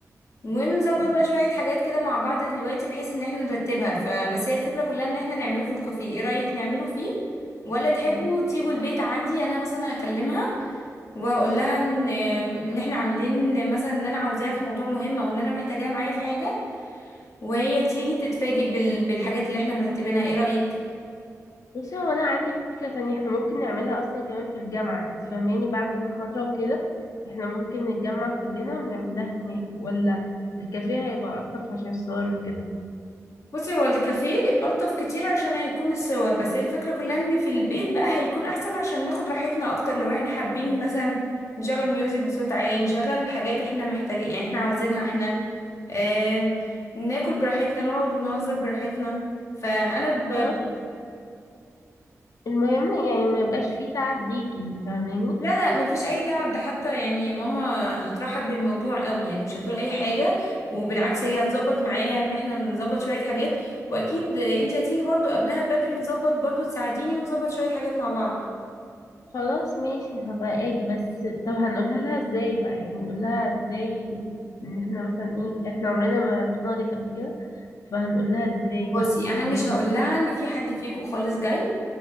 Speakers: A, on the left; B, on the left.
A: ونظبط
B: و-
A: بقى شوية حاجات كده مع بعض دلوقتي بحيث ان احنا نرتبها فبس هي الفكرة كلها ان احنا نعمله في الكافيه ايه رأيك نعمله فيه ولا تحبوا
B: و-
A: تيجوا البيت عندي انا مثلا هكلمها وهقول لها ان ان احنا عاملين مثلا ان انا عاوزاها في موضوع مهم او ان انا محتاجاها معايا في حاجة وهي تيجي تتفاجئ بال... بالحاجات اللي احنا مرتبينها ايه رأيك
B: بصي هو انا عندي فكرة تانية احنا ممكن نعملها اصلا كمان في الجامعة انت فاهماني بعد المحاضرة وكده احنا ممكن نتجمع كلنا ونعمل لها هناك ولا الكافيه هيبقى ألطف عشان الصور وكده
A: بصي هو الكافيه ألطف كتير عشان هيكون الصور بس هي الفكرة كلها ان في البيت بقى هيكون احسن عشان ناخد راحتنا اكتر لو احنا حابين مثلا نشغل ميوزك بصوت عالي نشغل حاجات احنا محتاجين يعني احنا عاوزينها احنا آه ناكل براحتنا نقعد ونهزر براحتنا فأنا ب...
B: خلاص المهم يعني ما يبقاش فيه تعب ليكي انت فاهماني
A: لا لا مفيش اي تعب ده حتى يعني ماما هترحب بالموضوع قوي يعني مش هتقول اي حاجه وبالعكس هي هتظبط معايا ان احنا نظبط شويه حاجات واكيد انت هتيجي برضو قبلها بدري نظبط برضو تساعديني ونظبط شويه حاجات مع بعض
B: خلاص ماشي هبقى اجي بس طب هنقولها لها ازاي بقى يعني نقول لها ازاي ان احنا مثلا ايه احنا عمرنا ما رحنا لك قبل كده فهنقول لها ازاي
A: بصي
B: بقى ان
A: انا
B: هناك
A: مش هقول لها ان في حد فيكو خالص جاي